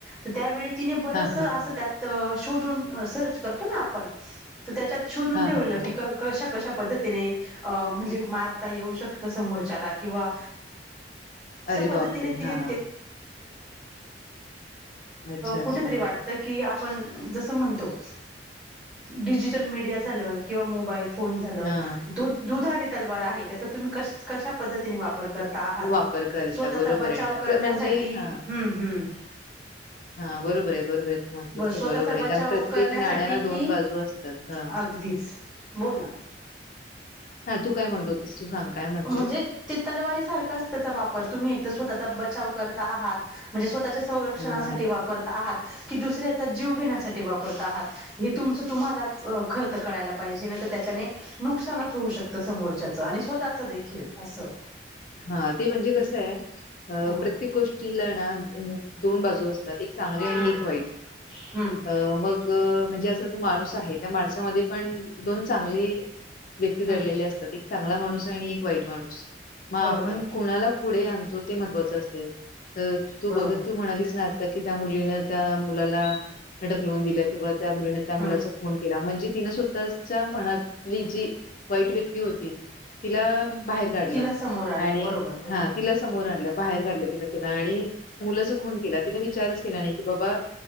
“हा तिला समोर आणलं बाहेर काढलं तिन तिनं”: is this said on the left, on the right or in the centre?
Left